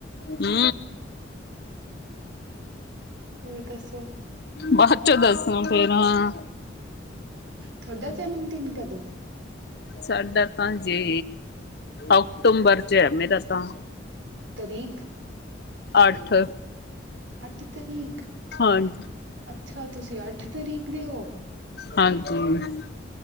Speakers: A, on the left; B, on the right.
A: ਹੂੰ।
B: ਹੋਰ ਦੱਸੋ
A: ਬਾਦ ਚੋਂ ਦੱਸੂੰ ਫੇਰ ਹਾਂ।
B: ਥੋਡਾ ਜਨਮ ਦਿਨ ਕਦੋਂ ਐਂ।
A: ਸਾਡਾ ਤਾਂ ਜੀ, ਅਕਤੂੰਬਰ ਚ ਐ ਮੇਰਾ ਤਾਂ।
B: ਤਰੀਕ
A: ਅੱਠ
B: ਅੱਠ ਤਰੀਕ,
A: ਹਾਂਜੀ
B: ਅੱਛਾ ਤੁਸੀ ਅੱਠ ਤਰੀਕ ਦੇ ਓ।
A: ਹਾਂਜੀ,